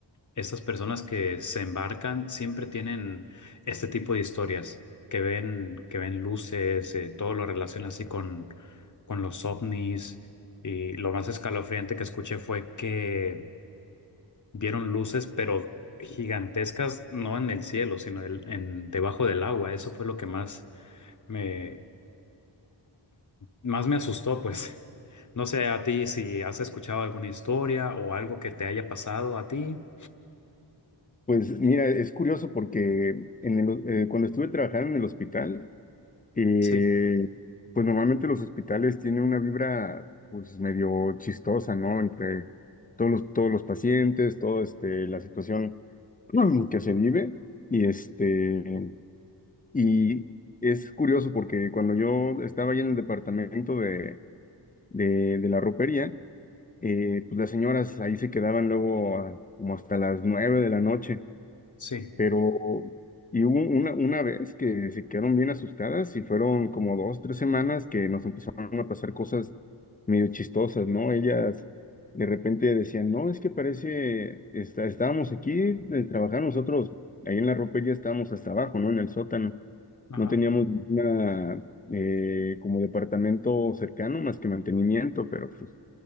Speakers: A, on the left (about 40°); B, on the left (about 20°).
A: Estas personas que se embarcan siempre tienen este tipo de historias que ven, que ven luces, eh, todo lo relaciona así con, con los ovnis. Y lo más escalofriante que escuché fue que vieron luces, pero gigantescas, no en el cielo, sino en, en debajo del agua. Eso fue lo que más me, más me asustó, pues. <laughs> No sé a ti si has escuchado alguna historia o algo que te haya pasado a ti.
B: Pues mira, es curioso porque en el ho- eh, cuando estuve trabajando en el hospital, eh,
A: Sí,
B: pues normalmente los hospitales tienen una vibra pues medio chistosa, ¿no? Entre todos los, todos los pacientes, toda este, la situación <clears throat> que se vive. Y, este, y es curioso porque cuando yo estaba ahí en el departamento de, de, de la ropería, eh, pues las señoras ahí se quedaban luego a- como hasta las nueve de la noche
A: sí.
B: pero, y hubo una, una vez que se quedaron bien asustadas y fueron como dos, tres semanas que nos empezaron a pasar cosas medio chistosas, ¿no? Ellas de repente decían, no, es que parece, está, estábamos aquí eh, trabajando nosotros, ahí en la ropería estábamos hasta abajo, ¿no? En el sótano.
A: Ajá.
B: No teníamos una, eh, como departamento cercano más que mantenimiento, pero pues